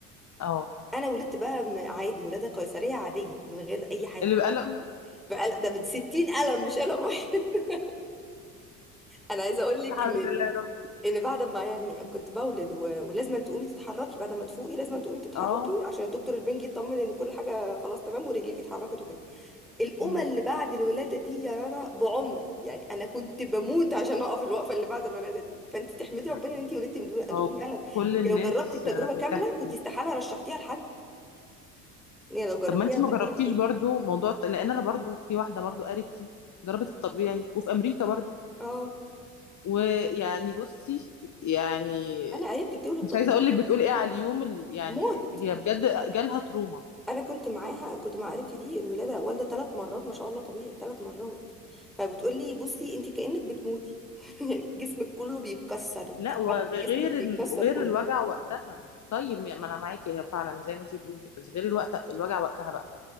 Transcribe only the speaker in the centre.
انا ولدت بقى م- عادي ولاده قيصريه عاديه من غير اي حاجه
بقى ده ب 60 قلم مش قلم واحد <laughs> انا عايزه اقول لك
ان
ان بعد ما يعني كنت بولد و... ولازم أن تقومي تتحركي بعد ما تفوقي لازم أن تقومي تتحركي
عشان الدكتور البنجي يطمن ان كل حاجه خلاص تمام ورجليكي اتحركت وكده الأمة
اللي بعد الولادة دي يا رنا بعمر يعني أنا كنت بموت عشان أقف الوقفة اللي بعد الولادة دي فأنت تحمدي
ربنا إن أنت ولدتي بدون بدون
ألم أنت
لو جربتي التجربة
كاملة
كنت استحالة رشحتيها لحد إن هي لو جربتيها
تجربة
عادية
أه
أنا قريبتي بتولد
طبيعي
موت
أنا كنت معاها كنت مع قريبتي دي الولادة والدة ثلاث مرات ما شاء الله طبيعي ثلاث مرات فبتقول لي بصي أنت كأنك بتموتي <laughs> يعني جسمك كله بيتكسر
عظم جسمك بيتكسر
كله